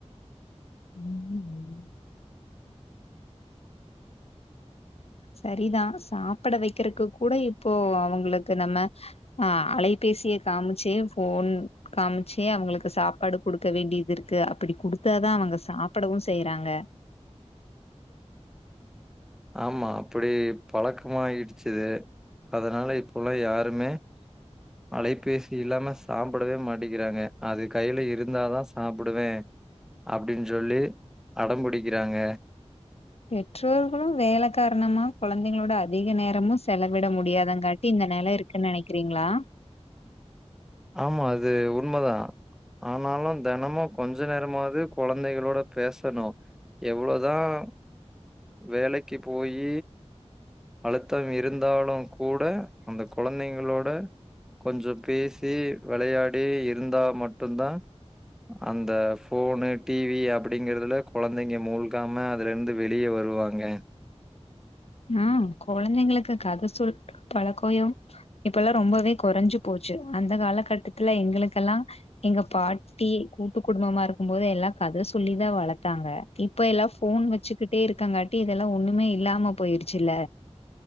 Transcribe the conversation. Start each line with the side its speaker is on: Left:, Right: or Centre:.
Left: ம் ம் சரிதா சாப்பூட வைக்கிறக்கு கூட இப்போ அவங்களுக்கு நம்ம ஆ அலைபேசிய காமிச்சு ஃபோன் காமிச்சே அவுங்களுக்கு சாப்பாடு குடுக்க வேண்டியது இருக்கு அப்படி குடுத் தாதான் அவுங்க சாப்பிடவும் செய்யறாங்க
Centre: ஆமா அப்படி பழக்கமாயிடுச்சு அதனால இப்பல்லாம் யாருமே அலைபேசி இல்லாம சாப்பிடவே மாட்டேக்கிறாங்க அது கையில இருந்தாதான் சாப்பிடுவேன் அப்படின் சொல்லி அடம் பிடிக்கிறாங்க
Left: பெற்றோர்களும் வேல காரணமா குழந்தைங்களோட அதிக நேரமும் செலவிட முடியாதங்காட்டி இந்த நிலை இருக் க்கு நினைக்கிறீங்களா
Centre: ஆமா அது உண்மதான் ஆனாலும் தினமும் கொஞ்ச நேரமாவது கொழந்தைகளோட பேசணும் எவ்வளோதான் வேலைக்கு போய் அழுத்தம் இருந்தாலும் கூட அந்த கொழந்தைங்களோட கொஞ்சம் பேசி விளையாடி இருந்தா மட்டும்தான் அந்த ஃபோனு டிவி அப்படிங்கறதுல கொழந்தைங்க மூழ்காம அதுல இருந்து வெளிய வருவாங்க
Left: ஆ கொழந்தைங்களுக்கு கதை சொல்ற பழக்கோயம் இப்பல்லாம் ரொம்பவே குறைஞ்சு போச்சு அந்த காலகட்டத்துல எங்களுக்கெல்லாம் எங்க பாட்டி கூட்டு குடும்பமா இருக்கும்போது எல்லாம் கத சொல்லிதான் வளத்தாங்க கே இப்ப எல்லாம் ஃபோன் வச்சுக்கிட்டே இருக்கங்காட்டி இதெல்லாம் ஒண்ணுமே இல்லாம போயிடுச்சுல்ல